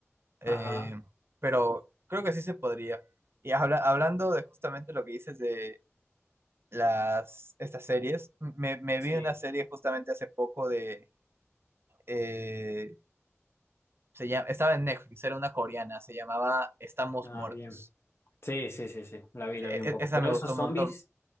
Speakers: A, on the right; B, on the left.
A: Eh,
B: Ajá,
A: pero creo que sí se podría. Y habla- hablando de justamente lo que dices de las, estas series. Me, me vi
B: sí.
A: una serie justamente hace poco de... eh, se llama, estaba en Netflix, era una coreana, se llamaba Estamos
B: Ah,
A: Muertos.
B: bien. Sí, sí, sí, sí. La vi, la
A: E-
B: vi un poco.
A: e- esa
B: Pero
A: me
B: esos
A: gustó
B: zombies,
A: un montón,